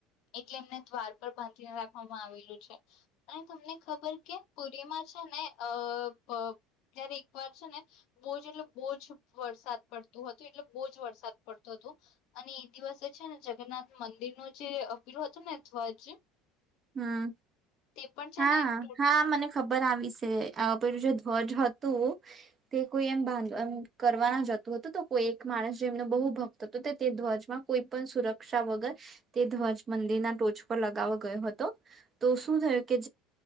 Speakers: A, on the left; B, on the right.
A: એટલે એમને દ્વાર પર બાંધીને રાખવામાં આવેલું છે અને તમને ખબર કે પુરીમાં જ છે ને અ પ જયારે એકવાર છે ને બહુજ એટલે બહુજ વરસાદ પડતું હતુ એટલે બહુજ વરસાદ પડતો હતો અને એ દિવસે છે ને જગન્નાથ મંદિર નુ જે પેલું હતું ને ધ્વજ
B: હમ
A: તે પણ છે
B: હા
A: ને એમ તૂટ
B: હા મને ખબર આવી છે આ પેલું જે ધ્વજ હતું તે કોઈ એમ બાંધવા કરવાના જતું હતું તો કોઈ એક માણસ જેમનો બહુ ભક્ત હતો તે ધ્વજમાં કોઈ પણ સુરક્ષા વગર તે ધ્વજ મંદિર ના ટોચ પર લગાવવા ગયો હતો તો શું થયું કે